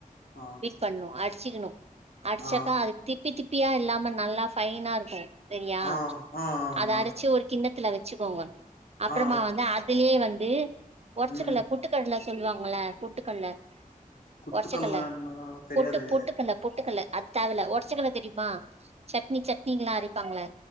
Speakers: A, on the left; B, on the right.
A: ஆ
B: பீட் பன்னும் ஆட் சிகுனும் அடிச்சாக்கா
A: ஆ
B: அது திப்பி திப் பியா இல்லாம நல்லா பைனா இருக்கும் சரியா
A: ஆ ஆங்க
B: அத அரச்சு ஒரு கின்னத்துல வச்சுகோங்க அப்புறமா
A: ஆ
B: வந்து அதுலேயே வ ந்து உடச்சக்கல்ல
A: ம்
B: பொட்டுக்கடல சொல்லுவாங்கள பொட்டுக்கல்ல
A: குத்துக்கல்லன்னா
B: உடச்சக்கல்ல
A: தெரியாதே
B: பொட்டு பொட்டுக்கல்ல பொட்டுக்கல்ல அது தேவல உடசக்குல தெரியுமா சட்னி சட்னி எல்லாம் அரப்பாங்கள